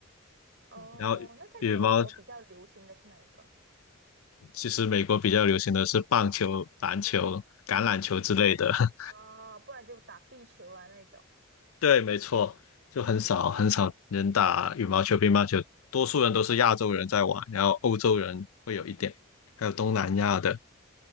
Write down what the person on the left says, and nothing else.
然后羽毛
其实美国比较流行的是棒球、篮球、橄榄球之类的。<laughs>
对，没错，就很少很少人打羽毛球、乒乓球，多数人都是亚洲人在玩，然后欧洲人会有一点，还有东南亚的